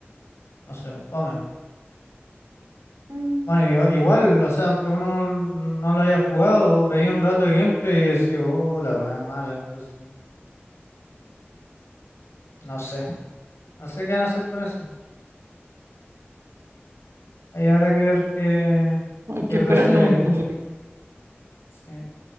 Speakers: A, on the left (about 85°); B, on the right (about 85°).
A: sé, fome.
B: mm,
A: Bueno, i- igual, o sea, aunque uno no lo haya jugado, veía un rato de gameplay y decía, oh, la weá mala, entonces. No sé, no sé qué van a hacer con eso. Ahí habrá que ver qué,
B: Hay
A: qué
B: que
A: procede.
B: esperar, ¿no? Pues,
A: Sí.